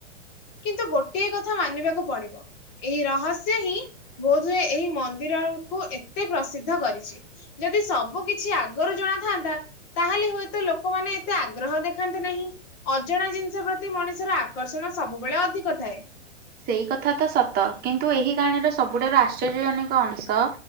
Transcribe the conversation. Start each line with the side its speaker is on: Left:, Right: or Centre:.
Left: କିନ୍ତୁ ଗୋଟିଏ କଥା ମାନିବାକୁ ପଡିବ, ଏହି ରହସ୍ୟ ହିଁ ବୋଧହୁଏ ଏହି ମନ୍ଦିରକୁ ଏ ପ୍ରସିଦ୍ଧ କରିଛି ଯଦି ସବୁ କିଛି ଆଗରୁ ଜଣାଥାନ୍ତା, ତାହେଲେ ହୁଏତ ଲୋକମାନେ ଏତେ ଆଗ୍ରହ ଦେଖାନ୍ତି ନାହିଁ, ଅଜଣା ଜିନଷ ପ୍ରତି ମଣିଷର ଆକର୍ଷଣ ସବୁବେଳେ ଅଧିକ ଥାଏ।
Right: ସେଇ କଥା ତ ସତ, କିନ୍ତୁ ଏହି କାହାଣୀର ସବୁଠାରୁ ଆଶ୍ଚର୍ଯ୍ୟ ଜନକ ଅଂଶ